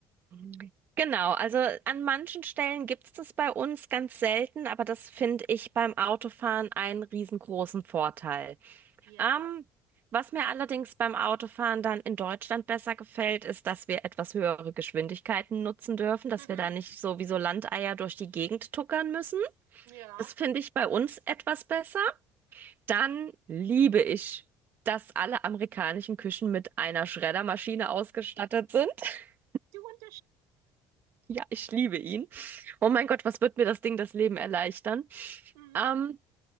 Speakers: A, on the right (about 35°); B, on the right (about 85°).
A: Mhm. Genau, also an manchen Stellen gibt's das bei uns ganz selten, aber das finde ich beim Autofahren einen riesengroßen Vorteil.
B: <laughs> Ja.
A: Ähm, was mir allerdings beim Autofahren dann in Deutschland besser gefällt, ist, dass wir etwas höhere Geschwindigkeiten nutzen dürfen, dass
B: <laughs>
A: wir da nicht so wie so Landeier durch die Gegend tuckern müssen.
B: Ja,
A: Das finde ich bei uns etwas besser. Dann liebe ich, dass alle amerikanischen Küchen mit einer Schreddermaschine ausgestattet sind. <laughs>
B: du und
A: Ja, ich liebe ihn. Oh mein Gott, was wird mir das Ding das Leben erleichtern?
B: Mhm.
A: Ähm,